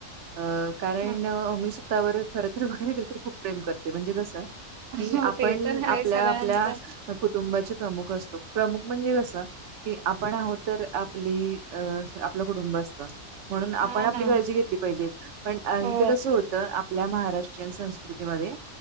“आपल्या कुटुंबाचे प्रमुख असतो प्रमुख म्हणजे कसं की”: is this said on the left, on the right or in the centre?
Right